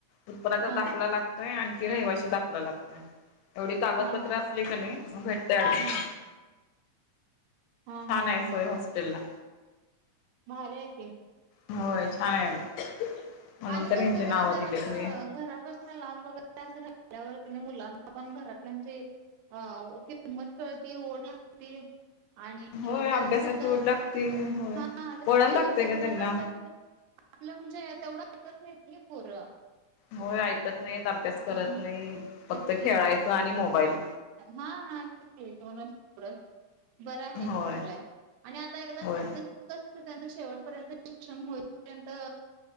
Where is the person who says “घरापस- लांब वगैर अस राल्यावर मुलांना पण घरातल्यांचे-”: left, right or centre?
Right